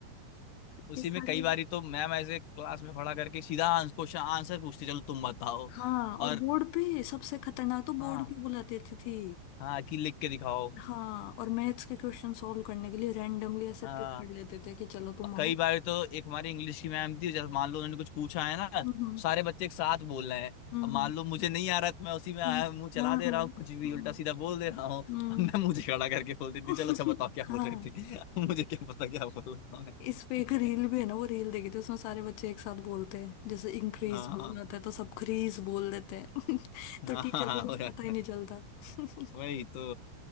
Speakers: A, on the left (about 60°); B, on the left (about 85°).
A: उसी
B: ये सारे
A: में कई बार तो मैम ऐसे क्लास में खड़ा करके सीधा क्वेश्चन आंसर पूछते चलो तुम बताओ
B: हाँ और
A: और
B: बोर्ड पे सबसे खतरनाक तो बोर्ड
A: हाँ
B: की बुलाते थे थी
A: हाँ कि लिख के दिखाओ
B: हाँ और मैथ्स के क्वेश्चन सॉल्व करने के लिए रैंडमली ऐसे
A: हाँ,
B: पिक कर लेते थे कि चलो तुम आओ
A: कई बार तो एक हमारी इंग्लिश की मैम थी जैसे मान लो उन्होंने कुछ पूछा है ना तो
B: हम्म
A: सारे बच्चे एक साथ बोल रहे हैं
B: हम्म
A: अब
B: हम्म
A: मान लो मुझे नहीं आ रहा है तो मैं उसी में आया
B: हम्म,
A: मुंह चला
B: हाँ
A: दे
B: हाँ
A: रहा हूँ कुछ भी
B: हम्म
A: उल्टा सीधा बोल दे रहा हूँ
B: हम्म,
A: अब मैं मुझे खड़ा करके बोल देती
B: <laughs>
A: चलो अच्छा बताओ क्या बोल
B: हाँ
A: रही थी <laughs> मुझे क्या पता क्या बोल रहा हूँ मैं।
B: इस पे एक रील
A: <laughs>
B: भी है ना वो रील देखी थी उसमें सारे बच्चे एक साथ बोलते हैं जैसे इंक्रीज
A: हाँ
B: बोलना होता है तो सब क्रीज बोल देते हैं <laughs>
A: हाँ
B: तो टीचर
A: हाँ हाँ,
B: को कुछ
A: हो जाता
B: पता ही नहीं
A: है
B: चलता <laughs>
A: वही तो